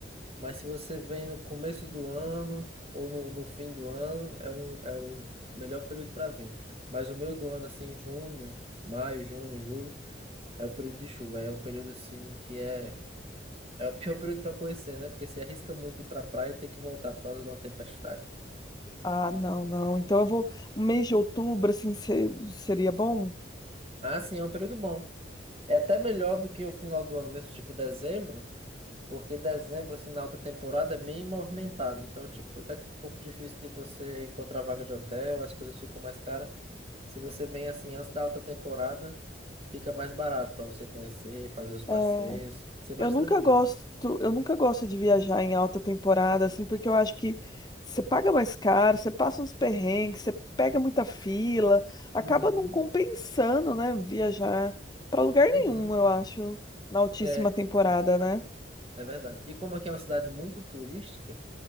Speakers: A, on the right; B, on the left.
A: Mas se você vem no começo do ano ou no, no fim do ano, é, um, é o melhor período para vir. Mas o meio do ano, assim, junho, maio, junho, julho, é o período de chuva. É o período, assim, que é, é o pior <laughs> período para conhecer, né? Porque você arrisca muito ir para praia e ter que voltar por causa de uma tempestade.
B: Ah, não, não. Então eu vou. O mês de outubro, assim, se- seria bom?
A: Ah, sim, é um período bom. É até melhor do que o final do ano mesmo, tipo dezembro. Porque dezembro, assim, na alta temporada é bem movimentado. Então, tipo, até um pouco difícil de você encontrar vaga de hotel, as coisas ficam mais caras. Se você vem, assim, antes da alta temporada, fica mais barato para você conhecer, fazer os passeios,
B: É,
A: ser mais
B: eu nunca
A: tranquilo.
B: gosto, eu nunca gosto de viajar em alta temporada, assim, porque eu acho que você paga mais caro, você passa uns perrengues, você pega muita fila, acaba
A: Uhum,
B: não compensando, né, viajar para lugar
A: uhum.
B: nenhum, eu acho, na altíssima
A: É,
B: temporada, né?
A: é verdade. E como aqui é uma cidade muito turística,